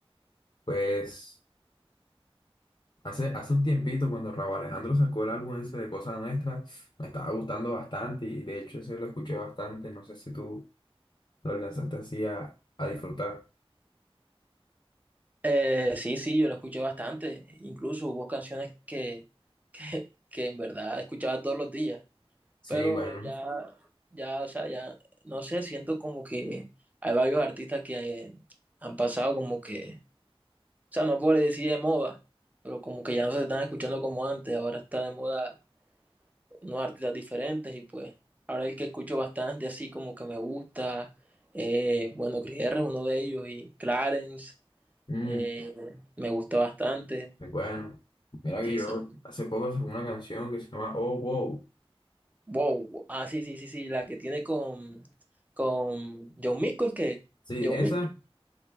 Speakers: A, on the left; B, on the right.
A: Pues hace, hace un tiempito cuando Rauw Alejandro sacó el álbum ese de Cosas Nuestras, me estaba gustando bastante y de hecho ese lo escuché bastante, no sé si tú lo alcanzaste así a, a disfrutar.
B: Eh, sí, sí, yo lo escuché bastante. Incluso hubo canciones que, que, que en verdad escuchaba todos los días.
A: Sí,
B: Pero
A: bueno,
B: ya, ya, o sea, ya, no sé, siento como que hay varios artistas que eh, han pasado como que, o sea, no puedo decir de moda, pero como que ya no se están escuchando como antes, ahora está de moda unos artistas diferentes y pues ahora el que escucho bastante así como que me gusta, eh, bueno, Chris R es uno de ellos y Clarence
A: mm,
B: eh, me gusta bastante,
A: pues bueno, mira que
B: sí,
A: yo
B: sí.
A: hace poco sacó una canción que se llama Oh Wow.
B: Wow, ah, sí, sí, sí, sí, la que tiene con, con John Mico es que...
A: Sí,
B: John
A: esa
B: Mico.